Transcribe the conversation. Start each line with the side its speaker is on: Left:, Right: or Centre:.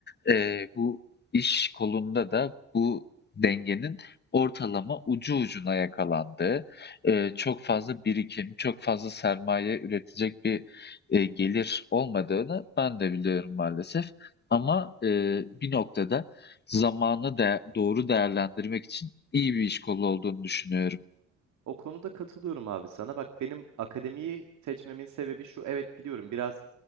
Left: eee, bu iş kolunda da bu dengenin ortalama ucu ucuna yakalandığı, eee, çok fazla birikim, çok fazla sermaye üretecek bir, eee, gelir olmadığını ben de biliyorum maalesef. Ama, eee, bir noktada zamanı da doğru değerlendirmek için iyi bir iş kolu olduğunu düşünüyorum.
Right: O konuda katılıyorum abi sana. Bak benim akademiyi seçmemin sebebi şu. Evet biliyorum biraz